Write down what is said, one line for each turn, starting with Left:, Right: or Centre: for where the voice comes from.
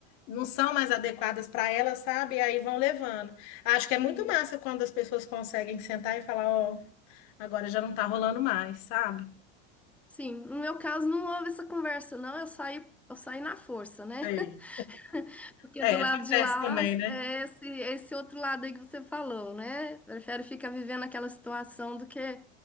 Left: não são mais adequadas para elas, sabe? E aí vão levando. Acho que é muito
Centre: isso.
Left: massa quando as pessoas conseguem sentar e falar, ó. Agora já não tá rolando mais, sabe?
Centre: Sim, no meu caso não houve essa conversa, não, eu saí, eu saí na força, né?
Left: Sei.
Centre: <laughs> Porque
Left: É,
Centre: do lado
Left: acontece
Centre: de lá
Left: também, né?
Centre: é esse, é esse outro lado aí que você falou, né? Prefere ficar vivendo aquela situação do que